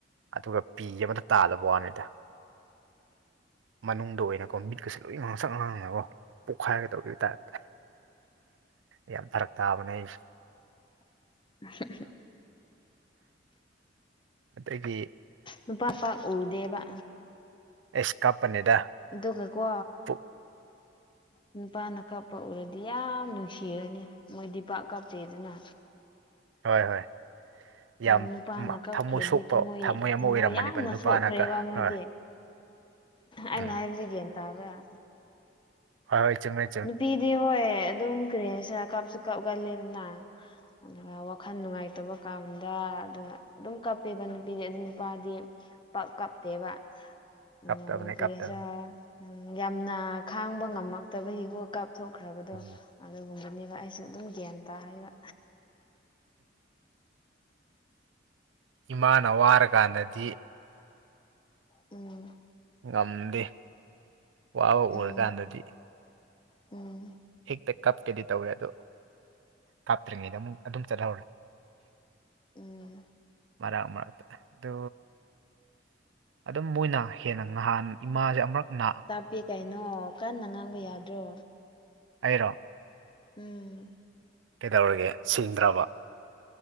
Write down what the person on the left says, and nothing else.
<unintelligible>
ꯅꯨꯄꯥ ꯄ ꯎꯗꯦꯕ
ꯗꯨꯈ ꯀꯣ
ꯅꯨꯄꯥꯅ ꯀꯥꯞꯄ ꯎꯔꯗꯤ ꯌꯥꯝ ꯅꯨꯡꯁꯤꯔꯅꯤ ꯃꯣꯏ ꯗꯤ ꯄꯥꯛ ꯀꯥꯞꯇꯦꯗꯅ
ꯑꯗꯨ ꯅꯨꯄꯥꯅ ꯀꯞꯈ꯭ꯔꯗꯤ
ꯊꯃꯣꯏ
ꯊꯃꯣꯏ
ꯌꯥꯝꯅ
ꯁꯣꯛꯈ꯭ꯔꯦꯕ ꯃꯣꯏꯗꯤ
ꯑꯩꯅ
ꯍꯥꯏꯕꯁꯦ ꯒ꯭ꯌꯥꯟ ꯇꯥꯕ꯭ꯔꯥ
ꯅꯨꯄꯤꯗꯤ ꯍꯣꯏ ꯑꯗꯨꯝ ꯀꯔꯤꯁꯤꯔ ꯀꯥꯞꯁꯨ ꯀꯞꯒꯜꯂꯤꯗꯅ ꯑꯗꯨꯒ ꯋꯥꯈꯜ ꯅꯨꯡꯉꯥꯏꯇꯕ ꯀꯥꯟꯗ ꯑ ꯑꯗꯨꯝ ꯀꯞꯄꯦꯕ ꯅꯨꯄꯤꯗꯤ ꯑꯗꯨ ꯅꯨꯄꯥꯗꯤ ꯀꯞꯇꯦꯕ
ꯎꯝ ꯐꯔꯤ
ꯎꯝ ꯌꯥꯝꯅ ꯈꯥꯡꯕ ꯉꯝꯃꯛꯇꯕꯒꯤꯒꯣ ꯀꯥꯞꯊꯣꯛꯈ꯭ꯔꯕꯗꯣ
ꯑꯗꯨꯒꯨꯝꯕꯅꯦꯕ ꯑꯩꯁꯨ ꯑꯗꯨꯝ ꯒ꯭ꯌꯥꯟ ꯇꯥꯍꯩꯕ
ꯎꯝ
ꯎꯝ ꯎꯝ
ꯎꯝ
ꯍꯥꯞꯄꯦ ꯀꯩꯅꯣ ꯀꯟꯅ ꯉꯥꯡꯕ ꯌꯥꯗ꯭ꯔꯣ
ꯎꯝ